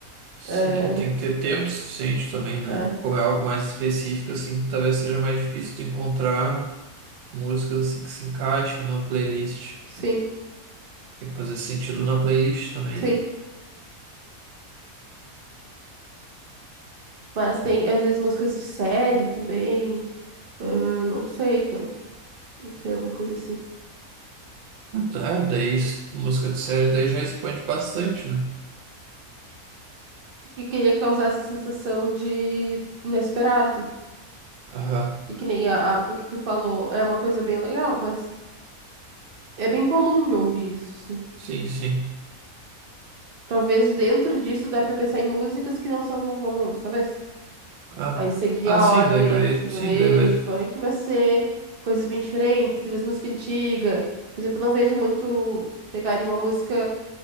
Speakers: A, on the right; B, on the right.
A: Sim,
B: É,
A: e tem que ter tempo suficiente também, né?
B: é,
A: Como é algo mais específico, assim, talvez seja mais difícil tu encontrar músicas assim que se encaixem numa playlist.
B: sim,
A: Tem que fazer sentido na playlist também,
B: sim.
A: né?
B: Mas tem, às vezes, músicas de série também. ah, não sei, cara, não sei, alguma coisa assim.
A: Ah, daí s- música de série daí já expande bastante, né?
B: E queria causar essa sensação de inesperado.
A: Aham.
B: Que, que nem a, a- o que tu falou é uma coisa bem legal, mas é bem comum de ouvir isso, sim.
A: Sim, sim.
B: Talvez dentro disso dá pra pensar em músicas que não são tão comuns, talvez.
A: Ah,
B: Aí seguir
A: ah,
B: a
A: sim,
B: ordem
A: daí vai,
B: sertanejo,
A: sim, daí vai.
B: funk, mas ser coisas bem diferentes, talvez música antiga. Por exemplo, eu não vejo muito pegarem uma música